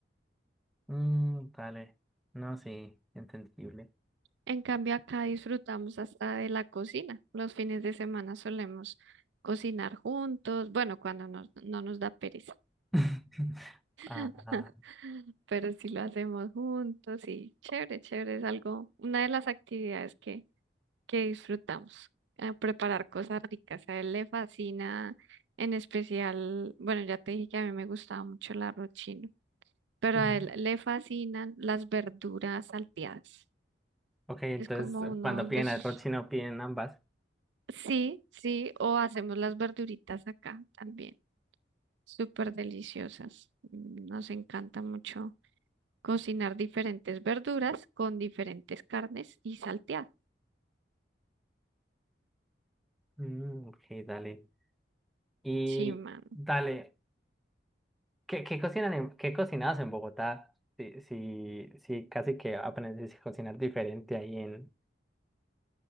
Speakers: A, in the centre; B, on the right.
A: Mm, dale. No, sí, entendible.
B: En cambio, acá disfrutamos hasta de la cocina. Los fines de semana solemos cocinar juntos, bueno, cuando nos- no nos da pereza,
A: <laughs>
B: <laughs>
A: Ah,
B: pero sí lo hacemos juntos y chévere, chévere, es algo, una de las actividades que, que disfrutamos, eh, preparar cosas ricas. A él le fascina, en especial, bueno, ya te dije que a mí me gustaba mucho el arroz chino. pero
A: ujú.
B: a él le fascinan las verduras salteadas.
A: ok, entonces
B: Es como
A: eh,
B: uno
A: cuando
B: de
A: piden
B: sus...
A: arroz chino piden ambas.
B: Sí, sí, o hacemos las verduritas acá también, súper deliciosas. Mm, Nos encanta mucho cocinar diferentes verduras con diferentes carnes y salteadas.
A: Mm, ok, dale. Y
B: Sí, mano.
A: dale. ¿Qué, qué cocinan en, qué cocinabas en Bogotá? Sí, sí, sí, casi que aprendes a cocinar diferente ahí en,